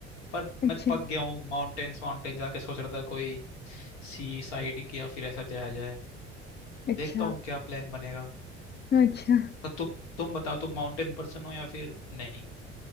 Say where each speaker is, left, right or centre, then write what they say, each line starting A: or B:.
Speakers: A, on the left; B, on the left.
A: पर
B: अच्छा
A: मैं पक गया हूँ माउंटेन्स माउंटेन जाके सोच रहा था कोई सी साइड की या फिर ऐसा जाया जाए
B: अच्छा
A: देखता हूँ क्या प्लान बनेगा
B: अच्छा
A: तो तुम तुम बताओ तुम माउंटेन पर्सन हो या फिर नहीं